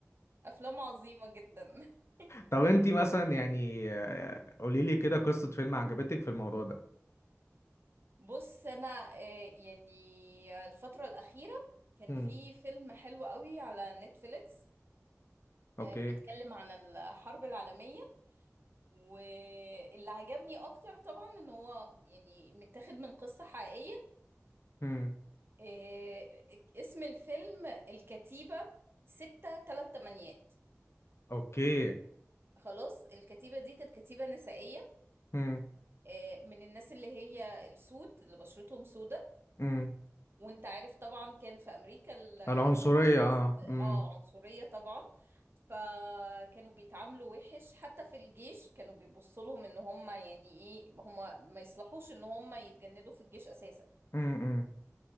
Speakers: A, on the right (about 45°); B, on the left (about 55°).
A: أفلام عظيمة جدا <laughs>
B: طب انتي مثلا يعني آه، قولي لي كده قصة فيلم عجبتك في الموضوع ده
A: بص انا آه، يعني الفترة الأخيرة كان
B: امم
A: في فيلم حلو قوي على نتفليكس
B: اوكي
A: آه، بيتكلم عن الحرب العالمية واللي عجبني اكتر طبعا ان هو يعني متاخد من قصة حقيقية
B: امم
A: آه، اسم الفيلم الكتيبة ستة تلات تمانيات
B: اوكي
A: خلاص الكتيبة دي كانت كتيبة نسائية
B: امم
A: آه، من الناس اللي هي السود اللي بشرتهم سودة
B: امم
A: وانت عارف طبعا كان في امريكا
B: العنصرية
A: التمييز
B: اه امم
A: اه عنصرية طبعا فكانوا بيتعاملوا وحش حتى في الجيش كانوا بيبصوا لهم ان هم يعني ايه هم ما يصلحوش ان هم يتجندوا في الجيش اساسا
B: امم